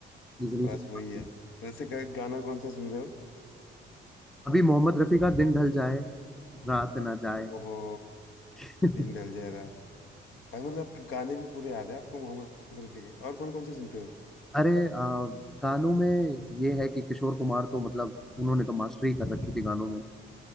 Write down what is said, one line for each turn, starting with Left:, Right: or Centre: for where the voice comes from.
Centre: इजीली
Left: बस
Centre: सुन
Left: वही
Centre: पाते
Left: है
Centre: हैं
Left: वैसे ग- गाना कौन सा सुन रहे हो
Centre: अभी मोहम्मद रफी का दिन ढल जाए रात ना जाए
Left: ओहो
Centre: <laughs>
Left: दिन ढल जाएगा भाई मतलब गाने भी पूरे याद है आपको मोहम्मद रफी के और कौन कौन से सुनते हो
Centre: अरे आ, गानों में ये है कि किशोर कुमार तो मतलब उन्होंने तो मास्टरी कर रखी थी गानों में